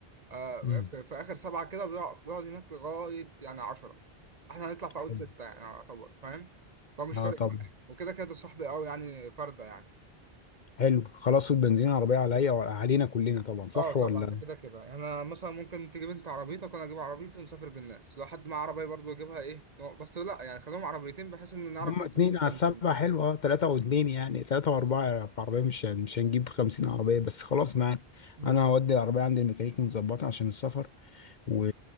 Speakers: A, on the right; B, on the left.
A: آه،
B: امم
A: في, في اخر سبعه كده بيقع- بيقعد هناك لغايه يعني عشرة احنا هنطلع في
B: حلو
A: اول سته يعني يعتبر فاهم فمش
B: اه
A: فارق
B: طبعا
A: معايا وكده كده صاحبي قوي يعني فرده يعني
B: حلو خلاص والبنزين العربية عليا علينا كلنا طبعا صح
A: اه طبعا
B: ولا
A: ده كده كده يعني انا مثلا ممكن تجيب انت عربيتك وانا اجيب عربيتي ونسافر بالناس لو حد معاه عربيه برضه يجيبها ايه نوع- بس لا يعني خليهم عربيتين بحيث ان نعرف
B: هم
A: ندفع
B: اتنين
A: فلوس
B: على
A: بنزين
B: السبعة
A: يعني
B: حلو اه تلاتة واتنين يعني تلاتة واربعة في عربية مش هن- مش هنجيب خمسين عربية بس خلاص معاك
A: بالظبط
B: انا هودي العربية عند الميكانيك متظبطة عشان السفر و...